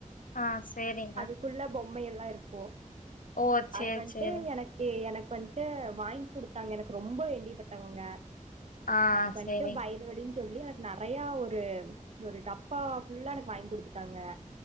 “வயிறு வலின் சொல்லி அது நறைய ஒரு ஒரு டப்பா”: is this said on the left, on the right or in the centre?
Right